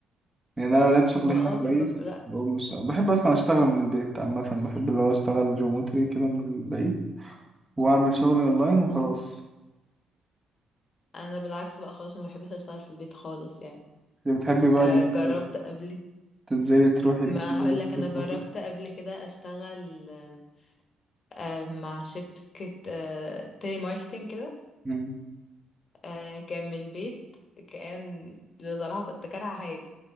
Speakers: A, on the right; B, on the left.
A: يعني انا لو لقيت شغل
B: ما
A: هنا
B: اه
A: كويس
B: بالظبط لأ
A: هو مش بحب اصلا اشتغل من البيت عامه بحب اللي هو اشتغل ريموتلي كده من البيت واعمل شغلي اونلاين وخلاص
B: أنا بالعكس بقى خالص ما بحبش أشتغل في البيت خالص يعني
A: اللي بتحبي بقى
B: آه
A: اللي انت
B: جربت قبل
A: تنزلي تروحي
B: ما
A: الشغل
B: هقول لك أنا
A: وتروحي
B: جربت
A: وكده.
B: قبل كده أشتغل آم، آم، مع شركة آه تيلي ماركتينج كده
A: مم.
B: آه كان من البيت كان بصراحة كنت كارهة حياتي